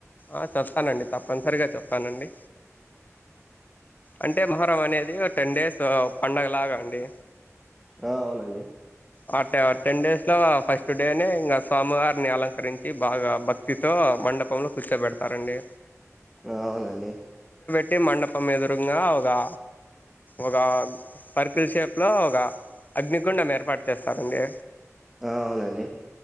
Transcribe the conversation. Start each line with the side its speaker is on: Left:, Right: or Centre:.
Left: ఆ చెప్తానండి. తప్పనిసరిగా చెప్తానండి. అంటే మొహరం అనేది. టెన్ డేస్ పండగలాగా అండి.
Centre: ఆ అవునండి
Left: ఆ టె టెన్ డేస్ లో ఫస్ టుడేనే ఇంగా స్వామివారిని అలంకరించి, బాగా భక్తితో మండపంలో కూర్చోబెడతారండి.
Centre: ఆ అవునండి
Left: టే మండపం ఏదొ కుంగా ఒగా ఒకా సర్కిల్ షేప్లో ఒక అగ్నిగుండం ఏర్పాటు చేస్తారండి
Centre: ఆ అవునండి